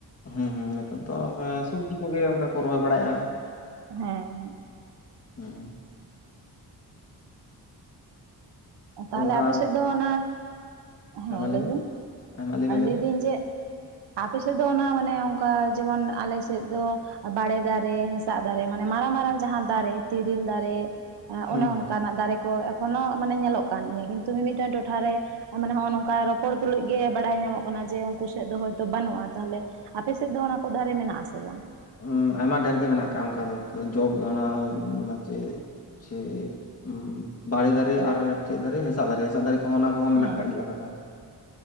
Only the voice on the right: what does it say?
ᱦᱮᱸ
ᱛᱟᱦᱚᱞᱮ
ᱟᱯᱮᱥᱮᱫ ᱫᱚ ᱚᱱᱟ ᱦᱮᱸ
ᱞᱟᱹᱭᱵᱤᱱ
ᱟᱨ
ᱞᱟᱹᱭ
ᱫᱤᱧ ᱡᱮ ᱟᱯᱮ ᱥᱮᱫ ᱫᱚ ᱚᱱᱟ ᱢᱟᱱᱮ ᱚᱱᱠᱟ ᱡᱮᱢᱚᱱ ᱟᱞᱮ ᱥᱮᱫ ᱫᱚ ᱵᱟᱲᱮ ᱫᱟᱨᱮ ᱦᱮᱸᱥᱟᱜ ᱫᱟᱨᱮ ᱢᱟᱱᱮ ᱢᱟᱨᱟᱝ ᱢᱟᱨᱟᱝ ᱡᱟᱦᱟᱸ ᱫᱟᱨᱮ ᱛᱤᱨᱤᱞ ᱫᱟᱨᱮ
ᱚᱱᱮ ᱚᱱᱠᱟᱱᱟᱜ ᱫᱟᱨᱮ ᱠᱚ ᱮᱠᱷᱚᱱᱚ ᱢᱟᱱᱮ ᱧᱮᱞᱚᱜ ᱠᱟᱱ ᱜᱮᱭᱟ ᱠᱤᱱᱛᱩ ᱢᱤᱫ ᱢᱤᱫ ᱴᱟᱝ ᱴᱚᱴᱷᱟ ᱨᱮ, ᱟᱨ ᱢᱟᱱᱮ ᱦᱚᱸᱜᱼᱚ ᱱᱚᱝᱠᱟ ᱨᱚᱯᱚᱲ ᱛᱩᱞᱩᱡ ᱜᱮ ᱵᱟᱲᱟᱭ ᱧᱟᱢᱚᱜ ᱠᱟᱱᱟ ᱡᱮ ᱩᱱᱠᱩ ᱥᱮᱫ ᱫᱚ ᱦᱳᱭᱛᱚ ᱵᱟᱹᱱᱩᱜᱼᱟ ᱛᱟᱦᱚᱞᱮ ᱟᱯᱮ ᱥᱮᱫ ᱫᱚ ᱚᱱᱟ ᱠᱚ ᱫᱟᱨᱮ ᱢᱮᱱᱟᱜ-ᱟ ᱥᱮ ᱵᱟᱝ?
ᱦᱮᱸ